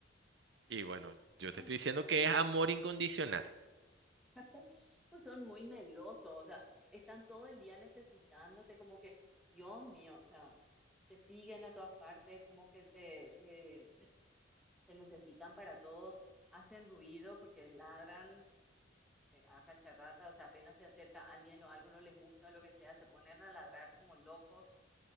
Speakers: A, on the right; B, in the centre.
A: Y bueno, yo
B: Son,
A: te estoy diciendo que
B: son,
A: es amor incondicional.
B: <laughs> Pues son muy melosos, o sea, están todo el día necesitándote, como que, Dios mío, o sea, te siguen a todas partes, como que te, te, te necesitan para todo, hacen ruido porque ladran eh, a cacharrata, o sea, apenas se acerca alguien o algo no les gusta o lo que sea, se ponen a ladrar como locos.